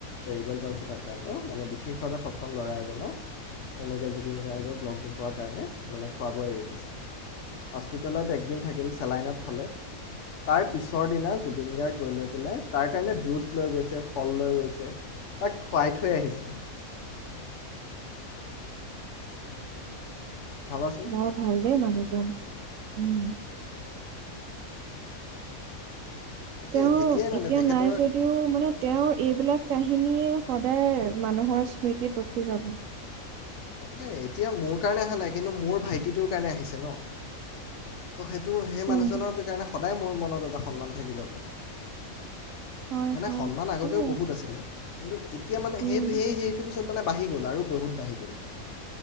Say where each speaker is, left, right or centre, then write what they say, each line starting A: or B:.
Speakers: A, on the left; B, on the right.
A: চেৰিবেল পালচত আক্ৰান্ত মানে বিশেষভাৱে সক্ষম ল'ৰা এজনৰ এনেকে জুবিন গাৰ্গক লগ নোপোৱাৰ কাৰণে মানে খোৱা বোৱা এৰি দিছে। হস্পিটেলত একদিন থাকিল, চেলাইনত থলে তাৰপিছৰ দিনা জুবিন গাৰ্গ গৈ লৈ পেলাই তাৰ কাৰণে জুচ লৈ গৈছে, ফল লৈ গৈছে, তাক খোৱাই থৈ আহিছে। ভাবাচোন
B: মই ভাল দে মানুহজন, উম।
A: তাকে
B: তেওঁ
A: তেতিয়াই মানে
B: এতিয়া
A: তেখেতৰ
B: নাই যদিও মানে তেওঁৰ এইবিলাক কাহিনীয়ে সদায় মানুহৰ স্মৃতিত ৰখি যাব।
A: তাকে এতিয়া মোৰ কাৰণে অহা নাই কিন্তু মোৰ ভাইটিটোৰ কাৰণে আহিছে ন। ত সেইটো সেই মানুহজনৰ
B: উম,
A: কাৰণে সদায় মোৰ মনত এটা সন্মান থাকি যাব।
B: হয়
A: মানে
B: হয়
A: সন্মান
B: থাকিবই।
A: আগতেও বহুত আছিলে কিন্তু এতিয়া মানে
B: উম।
A: সেই সেই সেইটো পি পিছত মানে বাঢ়ি গ'ল আৰু বহুত বাঢ়ি গ'ল।